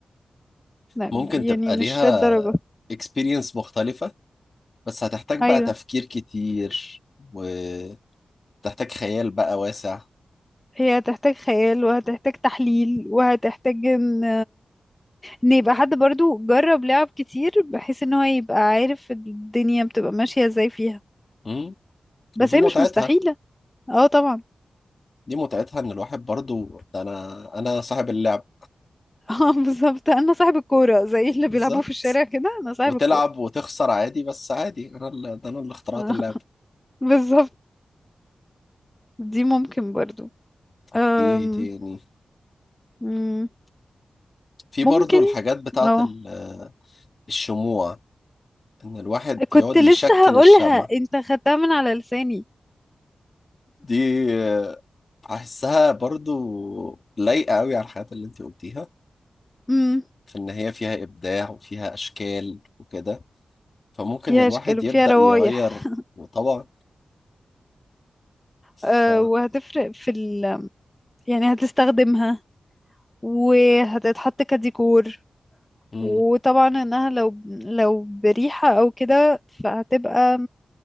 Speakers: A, on the left; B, on the left.
A: لا
B: ممكن
A: يعني
B: تبقى
A: مش
B: ليها
A: للدرجة
B: اكسبيرينس مختلفة بس هتحتاج
A: ايوه
B: بقى تفكير كتير وتحتاج خيال بقى واسع
A: هي هتحتاج خيال وهتحتاج تحليل وهتحتاج ان ان يبقى حد برضو جرب لعب كتير بحيث ان هو يبقى عارف الدنيا بتبقى ماشية ازاي فيها
B: مم.
A: بس
B: ودي
A: هي
B: متعتها
A: مش مستحيلة اه طبعا
B: دي متعتها ان الواحد برضو ده انا انا صاحب اللعب
A: <laughs> اه بالظبط انا صاحب الكورة زي اللي
B: بالظبط
A: بيلعبوا في الشارع كده انا صاحب
B: وتلعب
A: الكورة
B: وتخسر عادي بس عادي انا اللي ده انا اللي اخترعت
A: آه،
B: اللعب
A: <laughs> بالظبط دي ممكن برضو
B: طب
A: أم،
B: ايه تاني
A: مم،
B: في
A: ممكن
B: برضو الحاجات بتاعت
A: اه
B: ال- الشموع ان الواحد
A: كنت
B: يقعد
A: لسه
B: يشكل
A: هقولها
B: الشمع
A: انت خدتها من على لساني
B: دي آه، احسها برضو لايقة قوي على الحاجات اللي انت قلتيها
A: امم
B: في ان هي فيها ابداع وفيها اشكال وكده فممكن
A: فيها
B: الواحد
A: اشكال وفيها
B: يبدأ
A: روايح
B: يغير طبعه ف
A: آه، وهتفرق في ال يعني هتستخدمها وهتتحط كديكور
B: مم.
A: وطبعا انها لو لو بريحة او كده فهتبقى